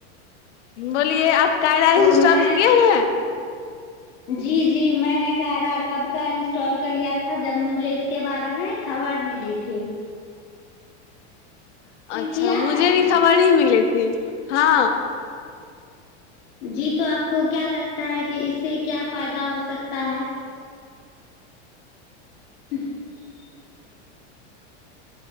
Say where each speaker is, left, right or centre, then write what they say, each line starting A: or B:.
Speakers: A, on the left; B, on the left.
A: बोलिए आप कायला
B: तो
A: इंस्टॉल
B: मैं
A: किए है
B: जी जी मैंने कह रा कब का इंस्टॉाल कर लियाथा जब मुझे इस के बारेमे खबर मिली ी
A: अच्छा
B: किया
A: मुझे
B: है
A: भी खबर ही मिलै हँ
B: जी त आपको क्या लगता है कि इसे क्या फायदा हो सकता है <unintelligible>